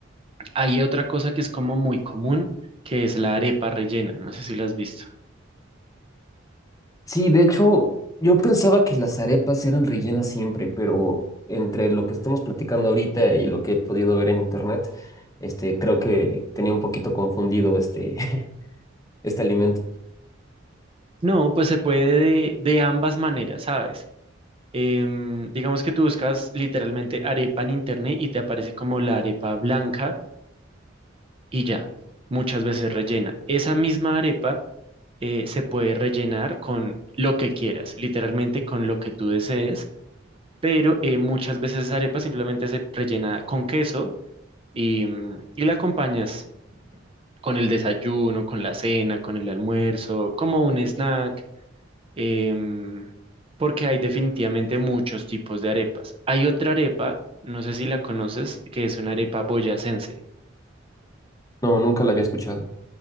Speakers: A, on the right (about 30°); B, on the left (about 20°).
A: hay otra cosa que es como muy común, que es la arepa rellena. No sé si la has visto.
B: Sí, de hecho, yo pensaba que las arepas eran rellenas siempre, pero entre lo que estamos platicando ahorita y lo que he podido ver en internet, este, creo que tenía un poquito confundido este, <laughs> este alimento.
A: No, pues se puede de, de ambas maneras, ¿sabes? Em, digamos que tú buscas literalmente arepa en internet y te aparece como la arepa blanca y ya, muchas veces rellena. Esa misma arepa eh, se puede rellenar con lo que quieras, literalmente con lo que tú desees. pero eh, muchas veces esa arepa simplemente se rellena con queso y, mm, y la acompañas con el desayuno, con la cena, con el almuerzo, como un snack, em, porque hay definitivamente muchos tipos de arepas. Hay otra arepa, no sé si la conoces, que es una arepa boyacense.
B: No, nunca la había escuchado.